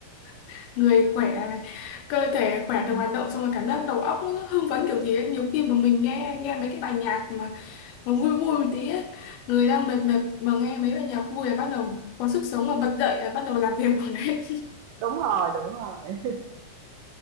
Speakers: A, on the left; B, on the right.
A: <laughs> người khỏe này cơ thể khỏe
B: Ừ.
A: được hoạt động xong rồi cảm giác đầu óc nó hưng phấn kiểu gì ấy nhiều khi mà mình nghe nghe mấy cái bài nhạc mà mà vui vui một tí ấy người đang mệt mệt mà nghe mấy bài nhạc vui là bắt đầu có sức sống mà bật dậy là bắt đầu làm việc rồi đấy
B: đúng rồi đúng rồi